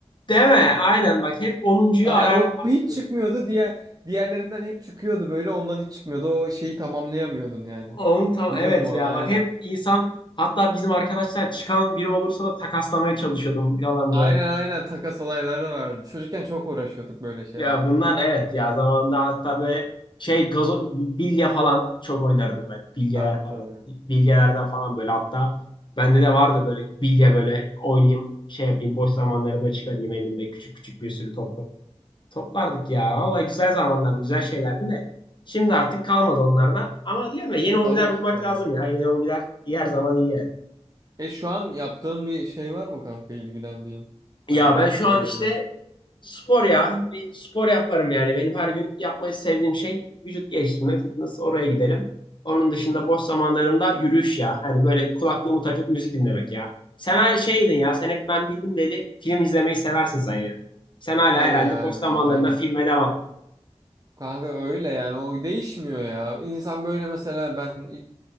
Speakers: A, on the left; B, on the right.
A: Değil mi? Aynen bak hep onuncuyu
B: Yani
A: arar,
B: o
A: arardım.
B: hiç çıkmıyordu. Diğer diğerlerinden hep çıkıyordu böyle. Ondan hiç çıkmıyordu. O şeyi tamamlayamıyordun yani.
A: Onun tam
B: Biliyordum
A: evet
B: onu
A: ya
B: aynen.
A: bak hep insan hatta bizim arkadaşlar çıkan biri olursa da takaslamaya çalışıyordum falan
B: Aynen
A: böyle.
B: aynen takas olayları vardı. Çocukken çok uğraşıyorduk böyle şeylerle
A: Ya bunlar
B: ya.
A: da evet ya zamanında hatta böyle şey gazo bilye falan çok oynardım ben. Bilyeler
B: Tabii
A: falan.
B: tabii.
A: Bilyelerden falan böyle hatta bende de vardı böyle bilye böyle oynayayım şey yapayım boş zamanlarımda çıkarayım elimde küçük küçük bir sürü top top. Toplardık ya. Vallahi güzel zamanlardı, güzel şeylerdi de. Şimdi artık kalmadı onlarda. Ama diyorum ya yeni hobiler
B: Tabii ki
A: bulmak
B: tabii.
A: lazım ya. Yeni hobiler iyi her zaman iyi yani.
B: E şu an yaptığın bir şey var mı kanka ilgilendiğin?
A: Ya
B: Hani
A: ben
B: vakit
A: şu
B: ayırdığın.
A: an işte spor ya. Bir spor yaparım yani. Benim her gün yapmayı sevdiğim şey vücut geliştirme, fitness oraya giderim. Onun dışında boş zamanlarımda yürüyüş ya. Hani böyle kulaklığımı takıp müzik dinlemek ya. Sen her şeydin ya. Sen hep ben bildim dedi. Film izlemeyi seversin sen ya. Sen hala
B: Tabii
A: herhalde
B: yani
A: boş zamanlarında
B: ya, aynen.
A: filme devam.
B: Kanka öyle yani o değişmiyor ya. İnsan böyle mesela ben